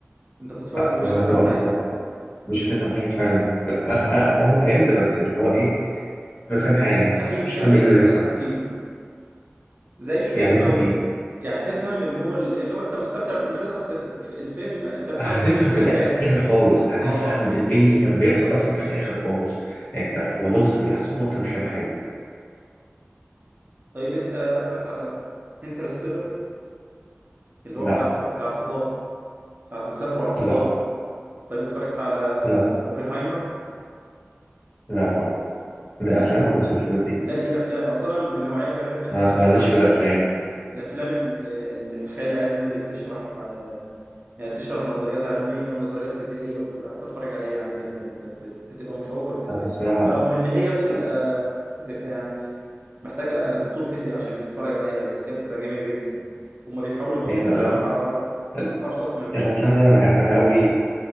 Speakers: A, on the right; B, on the left.
A: انت بتتفرج ومش
B: هو هو
A: هتفهم
B: هو
A: حاجه
B: مش هتفهم حاجة فعلا بس أ- أ- أنا فهمت بس اللي هو إيه مش فاهم حاجة
A: خفيف
B: مش
A: يعني
B: فاهم إيه اللي
A: هتفهم
B: بيحصل
A: خفيف زي كده
B: يعني إيه
A: لو
B: خفيف
A: يعني هتفهم اللي هو اللي هو انت مستمتع بالمشاهده بس في في الفهم انت بتحاول
B: هتفهم
A: تقول ان
B: في
A: انا فاهم
B: الآخر خالص هتفهم
A: اه
B: إيه اللي كان بيحصل أصلا في الآخر خالص يعني أنت هو لغز بيحصل وأنت مش فاهم حاجة
A: طيب انت اتفرجت على انترستيلر اللي
B: لا
A: هو بتاع الف... بتاع الفضاء ساعه ما سافروا على الفضاء
B: لا
A: طيب اتفرجت على
B: لا
A: اوبنهايمر
B: لا برضه ده
A: آه
B: أفلام
A: يعني.
B: ولا مسلسلات دي؟
A: لا دي افلام اصلا من النوعيه اللي بحب الافلام
B: أنا أصلا ماليش
A: بتاعت
B: في الأفلام
A: الافلام ال- ال- الخيال العلمي واللي بتشرح آه، يعني بتشرح نظريات علمية ونظريات فيزيائية وكده بحب أتفرج عليها يعني جدا ب- ب- بتبقى مشوقة بالنسبة
B: أنا الصراحة
A: لي رغم إن هي بتبقى
B: الصراحة
A: بتبقى يعني محتاجة دكتور فيزياء عشان يتفرج عليها بس هي بتبقى جميلة جدا هما بيحاولوا يبسطوا
B: يعني أنا
A: الشرح على
B: أنا-
A: أبسط ما يمكن
B: الأفلام اللي أنا بحبها أوي